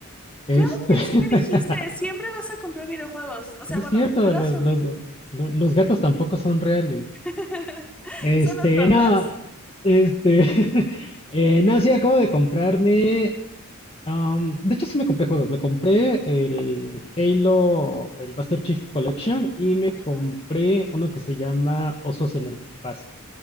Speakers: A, on the left (about 25°); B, in the centre.
A: Este,
B: Claro que
A: <laughs>
B: sí me dijiste, siempre vas a comprar videojuegos. O sea,
A: no es
B: bueno,
A: cierto,
B: yo lo
A: los,
B: asumí.
A: los, lo- los gatos tampoco son reales.
B: <laughs>
A: Este,
B: Son los papás.
A: no, este, <laughs> eh, no, sí, acabo de comprarme. am, de hecho, sí me compré juegos. Me compré el Halo, el Master Chief Collection y me compré
B: Ajá.
A: uno que se llama Osos en el Espacio.